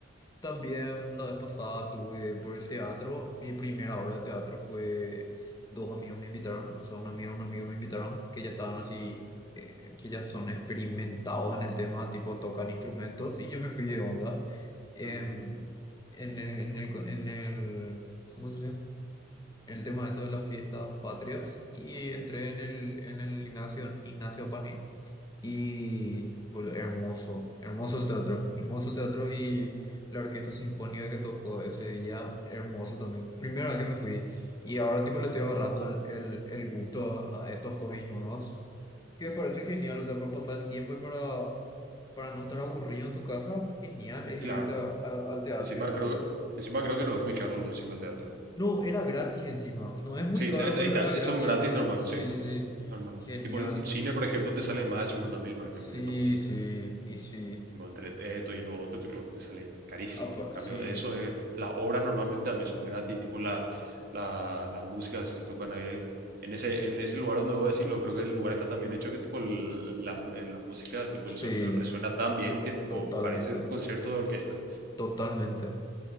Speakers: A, on the left; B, on the right.
A: También la vez pasada estuve por el teatro. Mi primera obra de teatro fue dos amigos me invitaron, o sea, un amigo y un amigo me invitaron, que ya estaban así, eh, que ya son experimentados en el tema, tipo tocan instrumentos, y yo me fui de onda. em,
B: Ujú,
A: en, el, en el, co- en el- ¿cómo se dice? En el tema de esto de las fiestas patrias, y entré en el, en el Ignacio, Ignacio Paní y bol- hermoso, hermoso el teatro, hermoso el teatro y la orquesta sinfónica que tocó ese día, hermoso también. Primera vez que me fui y ahora tipo le estoy agarrando el, el- el gusto a, a estos hobbies nuevos, que me parece genial, o sea, para pasar el tiempo y para, para no estar aburrido en tu casa, genial es
B: claro.
A: irte a- a- al teatro
B: Encima
A: y esa
B: creo,
A: cosa.
B: encima creo que no es muy caro lo encima del teatro.
A: No, era gratis encima, no es muy
B: Sí,
A: caro,
B: ta- ahí
A: pero
B: está,
A: era gratis
B: es un gratis
A: ese día.
B: normal,
A: Sí,
B: sí.
A: sí, sí,
B: Normal.
A: genial.
B: Tipo, un cine, por ejemplo, te sale más de 50 mil, por
A: Sí,
B: ejemplo, irte a un cine.
A: sí, y sí.
B: Bueno, entre esto y lo otro, tipo, te sale carísimo.
A: Ah, pa-
B: En cambio,
A: sí,
B: eso es, las obras normalmente también son gratis, tipo la, la- las músicas que se tocan ahí. En ese, en ese lugar donde debo decirlo, creo que el lugar está tan bien hecho que tipo el- la, eh, la música, tipo
A: sí,
B: el sonido resuena tan bien que tipo
A: totalmente,
B: parece un concierto de orquesta.
A: totalmente.